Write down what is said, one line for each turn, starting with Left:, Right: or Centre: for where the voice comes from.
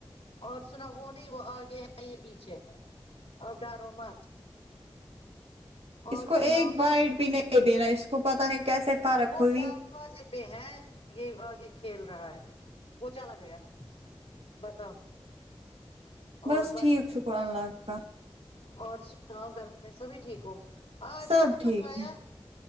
Left: اور سنو وہ نہیں وہ آگے ہے یہ پیچھے ہے اور ڈارو مت
Right: اس
Left: اور
Right: کو
Left: سناؤ
Right: ایک بائڈ بھی نہیں دینا اس کو پتہ نہیں کیسے فرق
Left: وہ
Right: ہوگی
Left: دروازے پہ ہے یہ بھاگے کھیل رہا ہے وہ چالا گایا بتاؤ
Right: بس
Left: اور ب
Right: ٹھیک شکر اللہ کا
Left: اور سناؤ گھر میں سب ٹھیک ہو آج
Right: سب
Left: کیا
Right: ٹھیک
Left: پکایا
Right: ہے